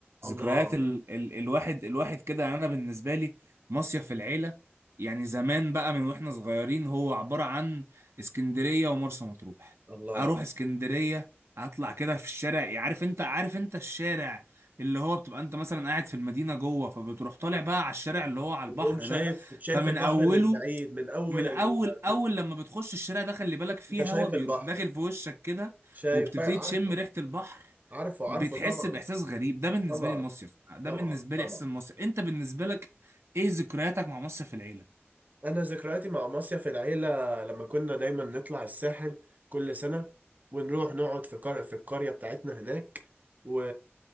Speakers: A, on the right; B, on the right.
A: الله
B: ذكريات ال ال الواحد الواحد كده يعني انا بالنسبه لي مصيف العيله يعني زمان بقى من واحنا صغيرين هو عباره عن اسكندريه ومرسى مطروح
A: الله
B: اروح اسكندريه اطلع كده في الشارع عارف انت عارف انت الشارع اللي هو بتبقى انت مثلا قاعد في المدينه جوه فبتروح طالع بقى على الشارع اللي هو على
A: وتقوم
B: البحر
A: شايف
B: ده
A: شايف
B: فمن
A: البحر
B: اوله
A: من بعيد من أول
B: من
A: ال...
B: اول اول
A: من...
B: لما بتخش الشارع ده خلي بالك فيه
A: أنت شايف
B: هوا بيروح
A: البحر
B: داخل في وشك كده
A: شايف
B: وبتبتدي
A: عارف
B: تشم ريحه البحر
A: عارفه عارفه
B: بتحس
A: طبعا
B: باحساس غريب ده بالنسبه
A: طبعا
B: لي المصيف ده
A: طبعا
B: بالنسبه
A: طبعا
B: لي احساس المصيف انت بالنسبه لك ايه ذكرياتك مع مصيف العيله
A: انا ذكرياتي مع مصيف العيله لما كنا دايما نطلع الساحل كل سنه ونروح نقعد في قرية في القريه بتاعتنا هناك و